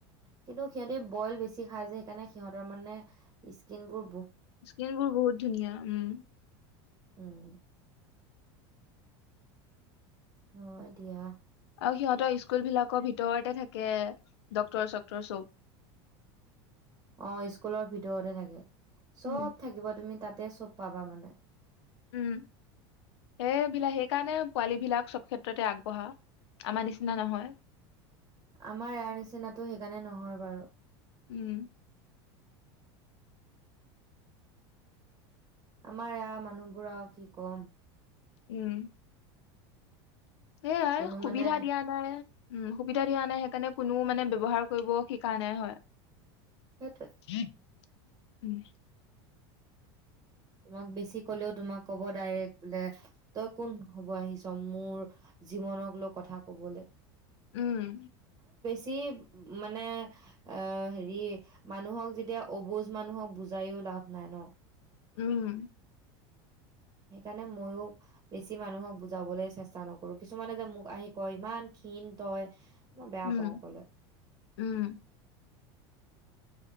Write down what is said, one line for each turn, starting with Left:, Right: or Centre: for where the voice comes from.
Right: কিন্তু সিহঁতে বইল বেছি খাই য়ে সেইকাৰণে সিহঁতৰ মানে স্কিনবোৰ
Left: স্কিন বোৰ বহুত ধুনীয়া উম
Right: উম হয় দিয়া
Left: আৰু সিহঁতৰ স্কুল বিলাকৰ ভিতৰতে থাকে ড্ক্তৰ চকক্তৰ চব
Right: অ স্কুলৰ ভিতৰতে থাকে চব
Left: উম
Right: থাকিব তুমি তাত তাতে চব পাবা মানে
Left: উম সেইবিলাক সেইকাৰণে পোৱালী বিলাক চব ক্ষেত্ৰতে আগবঢ়া আমাৰ নিচিনা নহয়
Right: আমাৰ এযাৰ নিচিনাতটো সেইকাৰণে নহয় বাৰু
Left: উম
Right: আমাৰ ইয়াৰ মানুহবোৰ আৰু কি কম
Left: উম সেই অঁ
Right: কোনো
Left: সুবিধা
Right: মানে
Left: দিয়া নাই উম সুবিধা দিয়া নাই সেইকাৰণে কোনো মানে ব্যৱহাৰ কৰিব শিকা নাই হয়
Right: সেইটোৱে
Left: কি <inaudible> উম <inaudible>
Right: তোমাক বেছি ক'লেও তোমাক ক'ব ডাইৰেক্ট বোলে তই কোন হব আহিছ মোৰ জীৱনক লৈ কথা কবলে
Left: উম
Right: যি মানে আহ হেৰি মানুহক যেতিয়া অবুজ মানুহক বুজাইও লাভ নাই ন।
Left: উম
Right: সেইকাৰণে মইয়ো বেছি মানুহক বুজাবলৈ চেষ্টা নকৰো। কিছুমানে যে মোক আহি কয় ইমান ক্ষীণ তই মই বেয়া
Left: উম,
Right: পাওঁ ক'লে।
Left: উম,